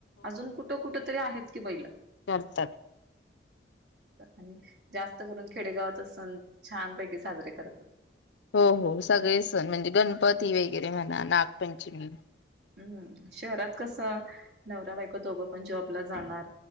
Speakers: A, on the right; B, on the left.
A: अजून कुठ कुठ तरी आहेत की बैल.
B: नत.
A: आणि जास्त करून खेडेगावात सण छानपैकी साजरे करतात.
B: हो हो सगळे सण म्हणजे गणपती वगैरे म्हणा नागपंचमी.
A: हम्म शहरात कसं नवरा बायको दोघं पण जॉबला जाणार.